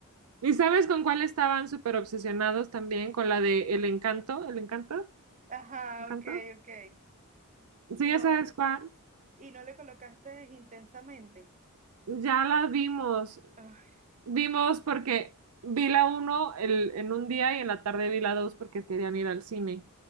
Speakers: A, on the right; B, on the right.
A: ¿Y sabes con cuál estaban súper obsesionados también? Con la de El Encanto, ¿El Encanto?
B: Ajá,
A: ¿Encanto?
B: ok, ok. Y
A: Sí, ya
B: no,
A: sabes cuál.
B: y no le colocaste intensamente.
A: Ya la vimos.
B: Ay,
A: Vimos porque vi la uno el- en un día y en la tarde vi la dos porque querían ir al cine.